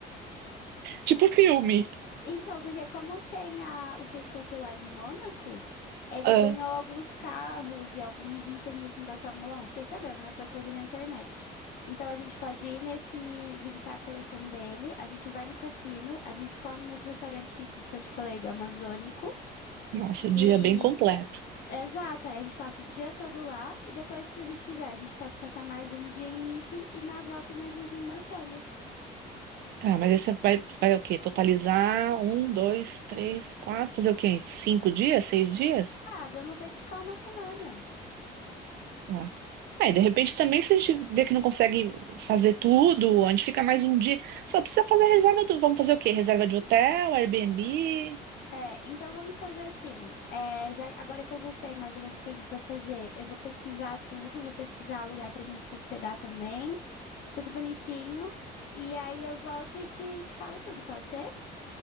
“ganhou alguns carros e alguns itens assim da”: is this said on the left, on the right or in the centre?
Left